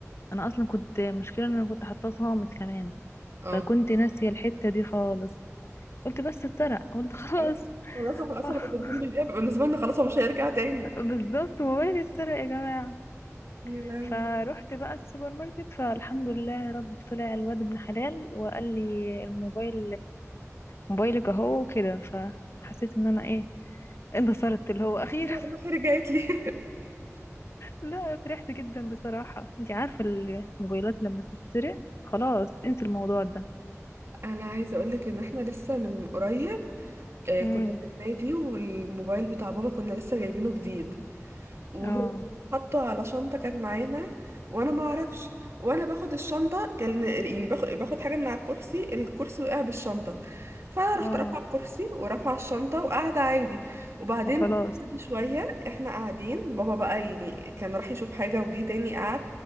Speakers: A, on the left; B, on the right.
A: انا اصلا كنت مشكلة ان انا كنت حاطاه صامت كمان
B: اه
A: فكنت ناسية الحتة دي خالص قلت بس اتسرق قلت خلاص
B: أيوة. خلاص احنا اصلا
A: <laughs>
B: لما التليفون بيضيع بيبقى بالنسبه لنا خلاص هو مش هيرجع تاني
A: بالظبط موبايلي اتسرق يا جماعة
B: يا لهوي
A: فروحت بقى السوبر ماركت فالحمد لله يا رب طلع الواد ابن حلال وقال لي الموبايل موبايلك اهو وكده فحسيت ان انا ايه انتصرت اللي هو اخيرا
B: لا
A: <laughs>
B: والله رجعت لي <laughs>
A: لا فرحت جدا بصراحة انت عارفة الموبايلات لما تتسرق خلاص انسي الموضوع
B: انا عايزه اقول لك ان احنا لسه من قريب آه،
A: ده
B: كنا في النادي والموبايل بتاع بابا كنا لسه جايبينه جديد وهو
A: اه
B: حطه على شنطة كانت معانا وانا ما اعرفش وانا باخد الشنطة كان يعني باخد باخد حاجة من على الكرسي الكرسي وقع بالشنطة فانا رحت
A: اه
B: رافعه الكرسي ورافعه الشنطة وقاعدة عادي وبعدين
A: وخلاص
B: بعد شوية احنا قاعدين بابا بقى يعني كان راح يشوف حاجة وجي تاني قعد